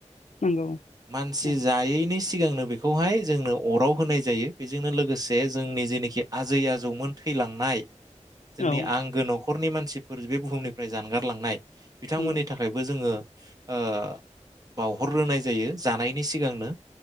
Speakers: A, on the left; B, on the right.
A: नंगौ
B: मानसि
A: औ
B: जायैनि सिगांनो बेखौहाय जोंनो अराव होनाय जायो बेजोंनो लोगोसे जोंनि जेनोखि आजै आजौमोन थैलांनाय जोंनि
A: औ
B: आंगो न'ख न'खरनि मानसिब फोर बे बुहुमनिफ्राय जानगारलांनाय बिथांमोननि
A: नंगौ
B: थाखायबो जोङो ओ बावहरग्रोनाय जायो जानायनि सिगांनो।